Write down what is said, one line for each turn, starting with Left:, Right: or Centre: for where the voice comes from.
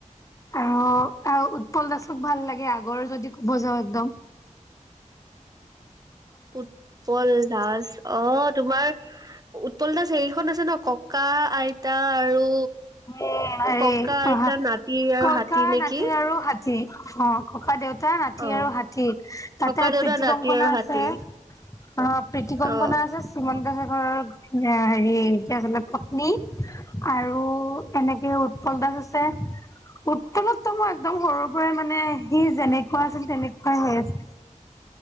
Left: অ' আও উৎপল দাসক ভাল লাগে আগৰ যদি কব যাও একদম।
Right: উৎপল দাস অ' তোমাৰ উৎপল দাস সেই খনন আছে ন ককা আইতা আৰু
Left: অহা
Right: ককা আইতা নাতি আৰু
Left: ককা
Right: হাতী নেকি
Left: নাতিৰ আৰু হাতি। অ' ককা দেউতা নাতি
Right: অ
Left: আৰু হাতী, তাতে
Right: ককা দেউতা
Left: প্ৰীতি
Right: নাতি
Left: কংকনা
Right: আৰু হাতী
Left: আছে। অ' পীতি কংকনা
Right: অ
Left: আছে শ্ৰীমন্ত চেকৰ আৰু হেৰি এতিয়া আচলতে পত্নী আৰু এনেকে উৎপল দাস আছ ছে উৎপলক ত মই একদম সৰুৰ পৰাই মানে সি যেনেকুৱা আছিল তেনেকুৱাই হৈ আছে